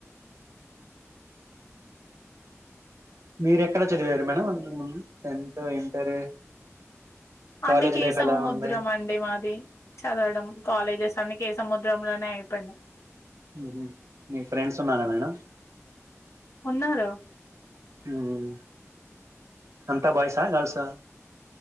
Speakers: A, on the right; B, on the left.
A: మీరు ఎక్కడ చదివారు మేడం <unintelligible> టెన్త్ ఇంటర్
B: అన్ని
A: కాలేజ్
B: కే
A: లైఫ్
B: సముద్రం
A: ఎలా ఉంది
B: అండి మాది చదవడం కాలేజెస్ అన్ని కేస్ సముద్రంలోనే అయి పేయినయ్
A: మ్మె హ్మ్ మీ ఫ్రెండ్స్ ఉన్నార మేడం
B: ఉన్నారు
A: మ్మ్ అంతా బాయ్ సా గర్ల్స్ ఆ